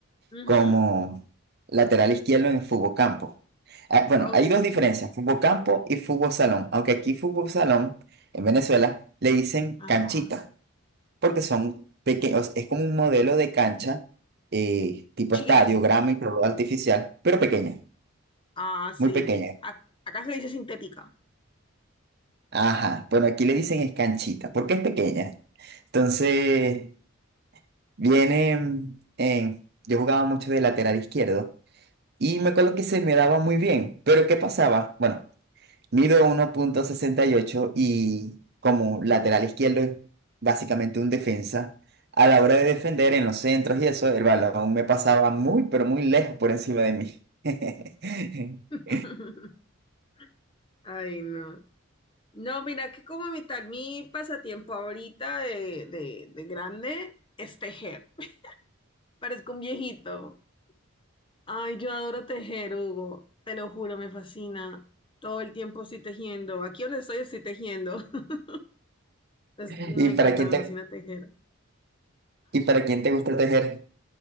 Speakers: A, on the left; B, on the right.
A: <laughs> Ujú.
B: como lateral izquierdo en el fútbol campo. Ah, bueno,
A: Oh,
B: hay dos diferencias, fútbol campo y fútbol salón, aunque aquí fútbol salón en Venezuela le dicen
A: ajá.
B: canchita. porque son pequeños, es como un modelo de cancha, eh, tipo
A: Chiquita.
B: estadio, grama y prórroga artificial, pero pequeña,
A: Ah, sí.
B: muy pequeña.
A: A- acá se le dice sintética.
B: Ajá, bueno, aquí le dicen es canchita, porque es pequeña. Entonces, viene mm, en, yo jugaba mucho de lateral izquierdo y me acuerdo que se me daba muy bien, pero ¿qué pasaba? Bueno. Mido 1.68 y ocho y como lateral izquierdo es básicamente un defensa. A la hora de defender en los centros y eso, el balón me pasaba muy, pero muy lejos por encima de mí. <laughs>
A: <laughs> Ay, no. No, mira que como mi tal, mi pasatiempo ahorita de, de, de grande es tejer. <laughs> Parezco un viejito. Ay, yo adoro tejer, Hugo. Te lo juro, me fascina. Todo el tiempo estoy tejiendo. Aquí donde estoy estoy tejiendo. <laughs> Es-
B: ¿Y
A: me
B: para
A: encanta,
B: quién
A: me
B: te,
A: fascina tejer.
B: y para quién te gusta tejer?